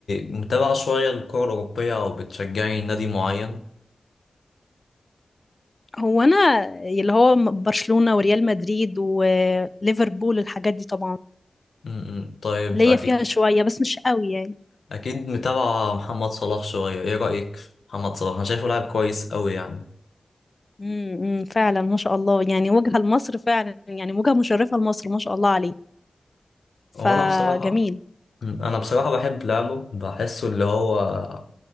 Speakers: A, on the left (about 80°); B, on the left (about 35°).
A: متابعة شوية الكرة الأوروبية أو بتشجعي نادي معين؟
B: هو انا اللي هو برشلونه وريال مدريد وليفربول الحاجات دي طبعا
A: مم. طيب
B: ليا
A: أكيد
B: فيها شويه بس مش قوي يعني
A: اكيد متابعة محمد صلاح شوية ايه رأيك في محمد صلاح انا شايفه لاعب كويس قوي يعني
B: امم إمم، فعلا ما شاء الله يعني وجهة لمصر فعلا يعني وجهة مشرفة لمصر ما شاء الله عليه
A: وانا
B: فجميل
A: بصراحة انا بصراحة بحب لعبه بحسه اللي هو